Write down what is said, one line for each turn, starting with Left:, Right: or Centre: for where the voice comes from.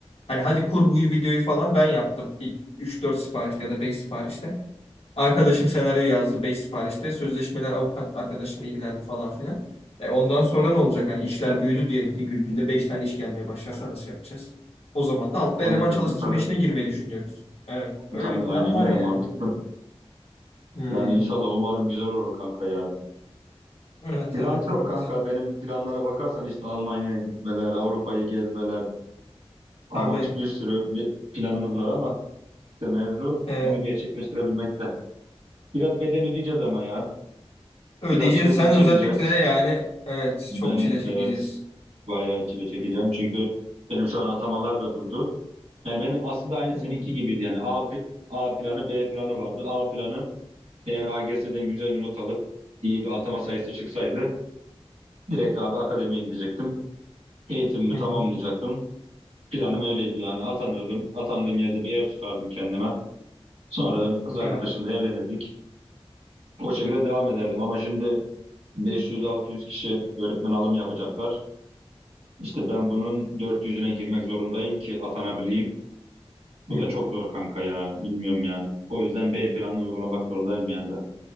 Left: hani hadi kurguyu, videoyu falan ben yaptım ilk üç dört siparişte ya da 5 siparişte. Arkadaşım senaryo yazdı 5 siparişte. Sözleşmeler avukat arkadaşımla ilgilendi falan filan. E ondan sonra ne olacak? Hani işler büyüdü diyelim ki günde 5 tane iş gelmeye başlarsa nasıl yapacağız? O zaman da altta
Right: Tabii
Left: eleman
Right: canım,
Left: çalıştırma
Right: tabii.
Left: işine girmeyi düşünüyoruz. Evet. Öyle
Right: Tabii
Left: bir
Right: aynen
Left: plan var
Right: öyle
Left: yani
Right: mantıklı.
Left: bilmiyorum. Hmm.
Right: Yani inşallah umarım güzel olur kanka ya.
Left: Evet
Right: Plan
Left: evet
Right: çok
Left: evet.
Right: kanka. Benim planlara bakarsan işte Almanya'ya gitmeler, Avrupa'yı gezmeler, amaç
Left: Tabii.
Right: bir sürü bir planımız var ama işte mevzu
Left: Evet.
Right: onu gerçekleştirebilmekte. Biraz bedel ödeyeceğiz ama ya.
Left: Ödeyeceğiz.
Right: Biraz çilesini
Left: Sen
Right: çekeceğiz.
Left: özellikle yani evet
Right: Ben
Left: çok çile çekeceğiz.
Right: evet bayağı çile çekeceğim. Çünkü benim şu an atamalar da durdu. Yani benim aslında aynı
Left: Hmm.
Right: seninki gibiydi. Yani A, pl- A planı B planı vardı. A planı eğer A AGS'den güzel bir not alıp iyi bir atama sayısı çıksaydı direkt abi akademiye gidecektim. Eğitimimi
Left: Hı
Right: tamamlayacaktım.
Left: hı.
Right: Planım öyleydi yani atanırdım. Atandığım yerde bir ev tutardım kendime. Sonra da kız arkadaşımla
Left: Evet.
Right: evlenirdik. O şekilde devam ederdim ama şimdi 500-600 kişi öğretmen alımı yapacaklar. İşte ben bunun dört yüzüne girmek zorundayım ki atanabileyim. Bu
Left: Hı
Right: da çok zor kanka ya. Bilmiyorum yani. O yüzden B planını uygulamak zorundayım yani ben.